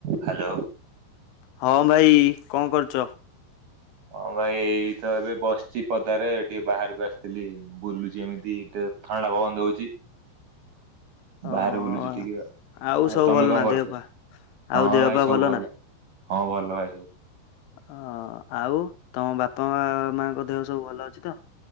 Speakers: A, on the right; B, on the left.
A: Hello.
B: ହଁ ଭାଇ କଣ କରୁଚ?
A: ହଁ ଭାଇ ଏଇ ତ ଏବେ ବସିଚି ପଦାରେ ଟିକେ ବାହାରକୁ ଆସିଥିଲି। ବୁଲୁଚି ଏମିତି ଟିକେ ଥଣ୍ଡା ପବନ ଦଉଚି।
B: <inaudible> ହଁ
A: ବାହାରେ ବୁଲୁଚି ଟିକେ ଆଉ। ଆଉ
B: ସବୁ
A: ତମେ
B: ଭଲ
A: କଣ
B: ନା
A: କରୁଚ?
B: ଦେହ ପା ଆଉ
A: ହଁ
B: ଦେହ
A: ଭାଇ
B: ପା
A: ସବୁ ଭଲ।
B: ନା?
A: ହଁ ଭଲ ଭାଇ ସବୁ।
B: ଓ ଆଉ ତମ ବାପା ମା ମାଙ୍କ ଦେହ ସବୁ ଭଲ ଅଛି ତ?